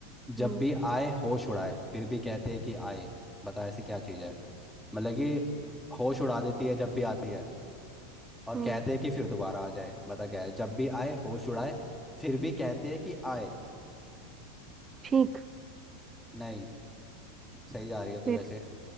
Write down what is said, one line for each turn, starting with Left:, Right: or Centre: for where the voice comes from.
Right: हम्म
Centre: जब भी आए होश उड़ाए फिर भी कहते हैं कि आए बता ऐसी क्या चीज़ है मतलब कि होश उड़ा देती है जब भी आती है और
Right: हम्म
Centre: कहते हैं कि फिर दोबारा आ जाए बता क्या है जब भी आए होश उड़ाए फिर भी कहते हैं कि आए
Right: ठीक
Centre: नहीं सही जा रही है तू
Right: फिर
Centre: वैसे